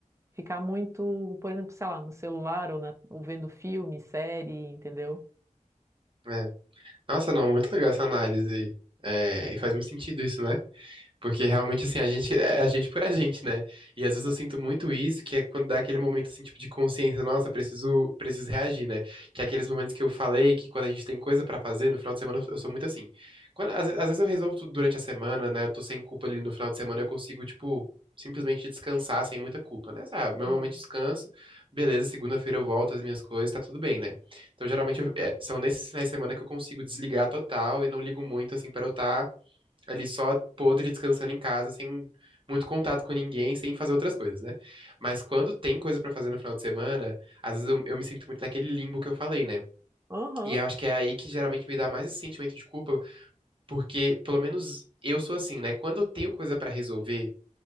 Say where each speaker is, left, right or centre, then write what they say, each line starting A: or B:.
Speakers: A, on the right; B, on the right.
A: Ficar muito, por exemplo, sei lá, no celular ou, na- ou vendo filme, série, entendeu?
B: É. Nossa, não, muito legal essa análise aí. É, e faz muito sentido isso, né? Porque realmente, assim, a gente é a gente por a gente, né? E às vezes eu sinto muito isso, que é quando dá aquele momento, assim, tipo, de consciência, nossa, preciso, preciso reagir, né? Que é aqueles momentos que eu falei, que quando a gente tem coisa pra fazer, no final de semana eu eu sou muito assim. Quando, às, vezes- às vezes eu resolvo tudo durante a semana, né? Eu tô sem culpa ali no final de semana, eu consigo, tipo, simplesmente descansar sem muita culpa, né? Sabe? Meu
A: Aham,
B: momento de descanso, beleza, segunda-feira eu volto às minhas coisas, tá tudo bem, né? Então, geralmente, eu- é, são nesses finais de semana que eu consigo desligar total e não ligo muito, assim, para eu estar ali só podre, descansando em casa, sem muito contato com ninguém, sem fazer outras coisas, né? Mas quando tem coisa pra fazer no final de semana, às vezes eu, eu me sinto muito naquele limbo que eu falei, né?
A: Aham.
B: E eu acho que é aí que geralmente me dá mais esse sentimento de culpa, porque pelo menos eu sou assim, né? Quando eu tenho coisa pra resolver